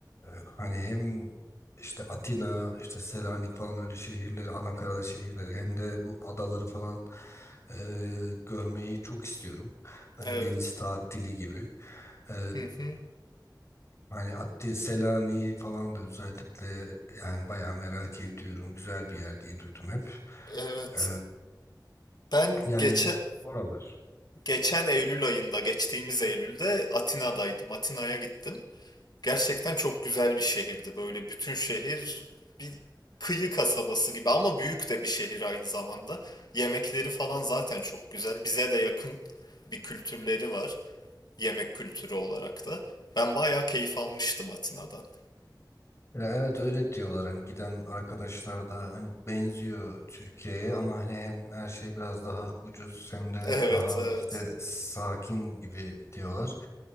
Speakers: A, on the left (about 40°); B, on the left (about 65°).
A: hani hem işte Atina, işte Selanik falan öyle şehirleri, Anakarada şehirleri hem de bu adaları falan e, görmeyi çok istiyorum. Hani
B: evet.
A: deniz tatili gibi. E,
B: Hı hı,
A: hani Ati, Selanik'i falan da özellikle yani bayağı merak ediyorum. Güzel bir yer diye duydum hep.
B: evet.
A: E,
B: Ben
A: yani
B: geçe,
A: oralar.
B: geçen Eylül ayında, geçtiğimiz Eylül'de Atina'daydım. Atina'ya gittim. Gerçekten çok güzel bir şehirdi. Böyle bütün şehir bir kıyı kasabası gibi ama büyük de bir şehir aynı zamanda. Yemekleri falan zaten çok güzel. Bize de yakın bir kültürleri var. yemek kültürü olarak da. Ben bayağı keyif almıştım Atina'dan.
A: Ya evet öyle diyorlar hani giden arkadaşlar da hani benziyor Türkiye'ye ama hani hem her şey biraz daha ucuz hem de
B: Evet,
A: daha
B: evet.
A: işte sakin gibi diyorlar.